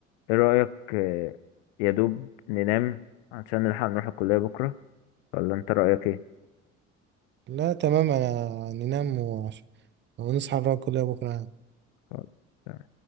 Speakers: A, on the left (about 60°); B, on the right (about 30°).
A: ايه رأيك آه، يا دوب ننام عشان نلحق نروح الكلية بكرة ولا انت رأيك ايه
B: لا تمام انا ننام وعش- ونصحى نراقب كلها بكره
A: خلاص.